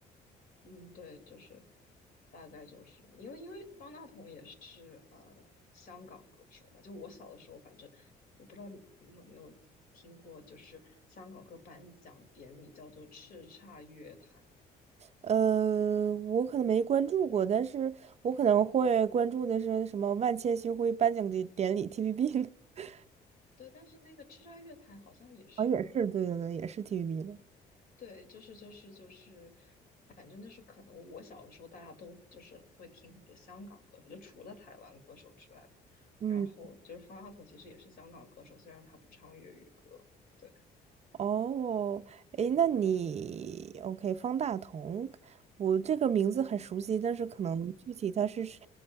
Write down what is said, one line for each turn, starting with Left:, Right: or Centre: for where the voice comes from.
Left: 嗯，对，就是大概就是因为因为方大同也是呃香港歌手嘛，就我小的时候，反正我不知道你你有没有听过，就是香港歌颁奖典礼叫做叱咤乐坛。
Right: 呃，我可能没关注过，但是我可能会关注的是什么万千星辉颁奖的典礼 TVB 呢？<laughs>
Left: 对，但是那个叱咤乐坛好像也是，
Right: 好像也是，对对对，也是 TVB 的。
Left: 对，就是就是就是，反正就是可能我小的时候大家都就是会听很多香港歌手，就除了台湾歌手之外吧。
Right: 嗯。
Left: 然后就是方大同其实也是香港歌手，虽然他不唱粤语歌。对，
Right: 哦，诶，那你 OK，方大同，我这个名字很熟悉，但是可能具体他是是